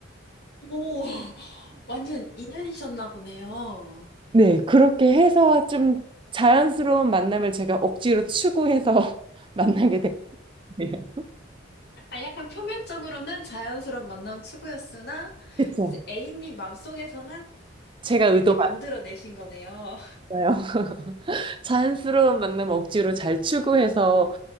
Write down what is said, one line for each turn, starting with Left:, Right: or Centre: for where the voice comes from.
Left: 오, 완전 인연이셨나 보네요.
Right: 네, 그렇게 해서 좀 자연스러운 만남을 제가 억지로 추구해서 <laughs> 만나게 됐네요.
Left: 아, 약간 표면적으로는 자연스러운 만남 추구였으나,
Right: 그쵸?
Left: 이제 애인님 마음속에서는
Right: 제가 의도가
Left: 이렇게 만들어내신 거네요.
Right: 아니었어요. <laughs> 자연스러운 만남 억지로 잘 추구해서